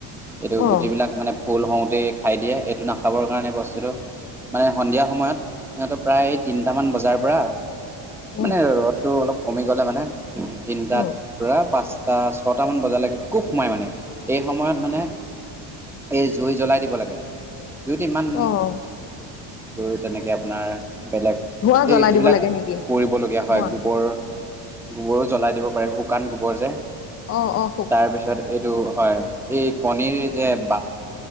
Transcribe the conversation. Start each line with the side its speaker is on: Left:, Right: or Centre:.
Centre: এইটো
Left: অ
Centre: গুটিবিলাক মানে ফুল হওঁতেই খাই দিয়ে, এইটো নাখাবৰ কাৰণে বস্তুটো মানে সন্ধিয়া সময়ত সিহঁতক প্ৰায় তিনিটামান বজাৰ পৰা
Left: উম
Centre: মানে ৰ'দটো অলপ কমি গ'লে মানে তিনিটাত
Left: উম,
Centre: পুৰা পাঁচটা, ছটামান বজালৈকে কুফ সোমায় মানে এই সময়ত মানে এই জুই জ্বলাই দিব লাগে। জুইত ইমান
Left: অ',
Centre: জুই তেনেকে আপোনাৰ বেলেগ
Left: ধোঁৱা জ্বলাই
Centre: এই যিবিলাক
Left: দিব লাগে
Centre: পৰিবলগীয়া
Left: নেকি?
Centre: হয়
Left: ধোঁৱা
Centre: গোবৰ গোবৰো জ্বলাই দিব পাৰে শুকান গোবৰ যে।
Left: অ'অ'
Centre: তাৰপিছত এইটো হয়, এই কণীৰ যে বাক